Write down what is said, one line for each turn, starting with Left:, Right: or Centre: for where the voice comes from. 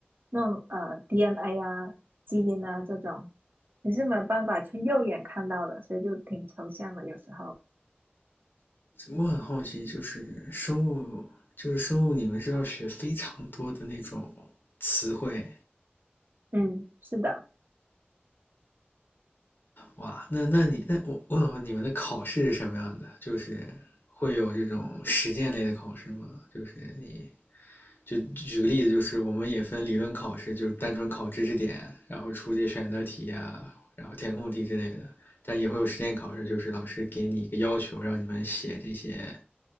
Right: 那种呃 DNA 啊、基因啊这种，你是没有办法去肉眼看到的，所以就挺抽象的有时候。
Left: 我很好奇，就是生物，就是生物，你们是要学非常多的那种词汇
Right: 嗯，是的，
Left: 哇？那那你那我我很好奇，你们的考试是什么样的？就是会有这种实践类的考试吗？就是你就举个例子，就是我们也分理论考试，就是单纯考知识点，然后出些选择题啊，然后填空题之类的。但也会有实践考试，就是老师给你一个要求，让你们写这些，